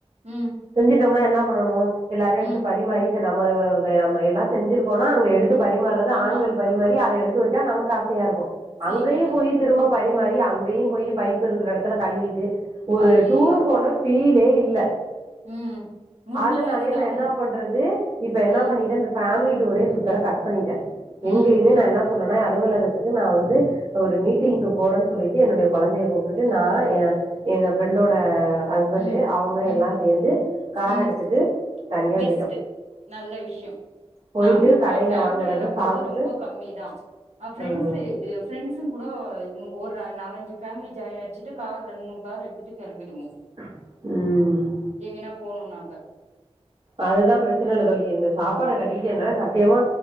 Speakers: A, on the right; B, on the right.
A: ம்
B: செஞ்சுட்டோம்னா என்ன பண்ணணும் எல்லாரும் எடுத்து
A: ம்
B: பரிமாறி நம்ம வ அ எல்லாம் செஞ்சிருக்கோம்னா அங்க எடுத்து பரிமாறுறது
A: ஆமா
B: ஆண்கள் பரிமாறி அத எடுத்து வச்சா நமக்கு ஆசையா இருக்கும்
A: செய்ய
B: அங்கேயும்
A: மாட்டாங்கோ
B: போய் திரும்ப பரிமாறி அங்கேயும் போய் பைப்பு இருக்கிற இடத்துல கழுவிட்டு ஒரு
A: ஐயையோ
B: டூர் போன பீலே இல்ல
A: ம் உண்மையிலே
B: அதனாலயே
A: அதுதா
B: நான்
A: ஆவு
B: என்ன பண்றது இப்ப என்ன
A: ம்
B: பண்ணிட்ட இந்த ஃபேமிலி டூரே சுத்தற கட் பண்ணிட்டேன்
A: ம்
B: எங்கேயுமே நான் என்ன சொன்னனா அலுவலகத்துக்கு நா வந்து ஒரு மீட்டிங்கு போறேன் சொல்லிட்டு என்னுடைய குழந்தைய கூப்ட்டுட்டு நான் எ எங்க ஃப்ரெண்டோட ஹஸ்பண்டு
A: ம்
B: அவுங்க
A: ம்
B: எல்லாம் சேர்ந்து கார
A: ம்
B: எடுத்துட்டு தனியா
A: பெஸ்ட்டு
B: போயிட்டோ
A: நல்ல விஷ்யம்
B: போயிட்டு
A: நாங்களும்
B: கடையில
A: பா ஃபேமிலி
B: வாங்குறத
A: எல்லாம் போறது
B: சாப்ட்டுட்டு
A: ரொம்ப கம்மி தான் அ ஃப்ரெண்ஸ்ஸு
B: ம்
A: எ ஃப்ரெண்ஸுங்க கூட ஒரு ந நாலஞ்சு பேமிலி ஜாயின் அடிச்சுட்டு கார் ரெண்மூணு கார் எடுத்துட்டு கிளம்பிடுவோம்
B: ம்
A: எங்கனா போணும்னாக்கா
B: அதுதான் பிரச்சனை சொல்லி இந்த சாப்பாட கட்டிட்டு என்னால சத் தியமா